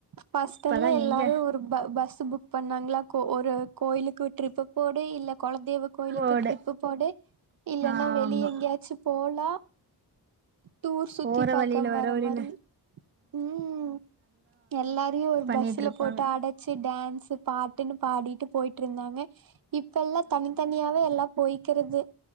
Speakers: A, on the right; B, on the right.
A: ஃபர்ஸ்ட்டெல்லா
B: இப்பலா
A: எல்லாரு
B: எங்க
A: ஒரு ப பஸ்சு புக் பண்ணாங்களா கோ ஒரு கோயிலுக்கு ட்ரிப் போடு இல்ல குலதெய்வ கோயிலுக்கு
B: போடு
A: ட்ரிப்பு போடு இல்லனா
B: ஆமா
A: வெளிய எங்கேயாச்சு போலா டூர் சுத்தி
B: போற
A: பாக்க
B: வழியில
A: வர
B: வழியில
A: மாரி ம் எல்லாரையு ஒரு
B: பண்ணிட்டு
A: பஸ்ல
B: இருப்பாங்க
A: போட்டு அட ச்சே டான்ஸ் பாட்டுன்னு பாடிட்டு போயிட்டு ருந்தாங்க இப்ப எல்லா தனித்தனியாவே எல்லா போய்க்கிறது